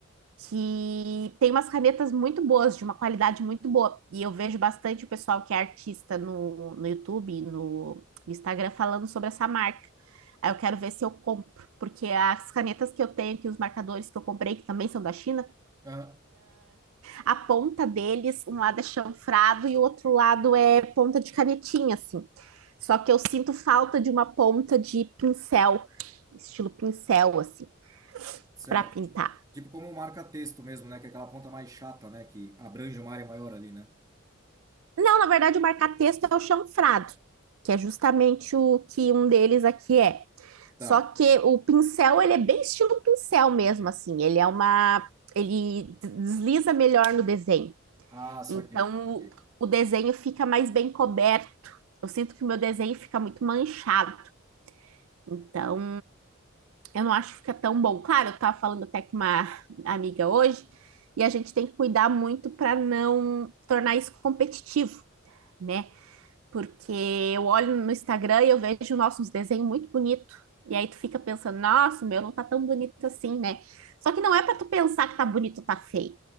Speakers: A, on the right; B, on the right.
A: que tem umas canetas muito boas, de uma qualidade muito boa. E eu vejo bastante o pessoal que é artista no, no YouTube, no Instagram, falando sobre essa marca. Aí eu quero ver se eu compro, porque as canetas que eu tenho aqui, os marcadores que eu comprei, que também são da China,
B: Ah,
A: a ponta deles, um lado é chanfrado e o outro lado é ponta de canetinha, assim. Só que eu sinto falta de uma ponta de pincel, estilo pincel, assim,
B: certo.
A: para pintar.
B: Tipo, tipo como um marca-texto mesmo, né? Que é aquela ponta mais chata, né? Que abrange uma área maior ali, né?
A: Não, na verdade, o marca-texto é o chanfrado, que é justamente o que um deles aqui é.
B: Tá.
A: Só que o pincel, ele é bem estilo pincel mesmo, assim. Ele é uma... Ele desliza melhor no desenho.
B: Ah, saquei.
A: Então,
B: saquei.
A: o desenho fica mais bem coberto. Eu sinto que o meu desenho fica muito manchado. Então, eu não acho que fica tão bom. Claro, eu estava falando até com uma amiga hoje, e a gente tem que cuidar muito para não tornar isso competitivo, né? Porque eu olho no Instagram e eu vejo, nossa, uns desenhos muito bonitos. E aí tu fica pensando, nossa, o meu não tá tão bonito assim, né? Só que não é para tu pensar que tá bonito ou tá feio.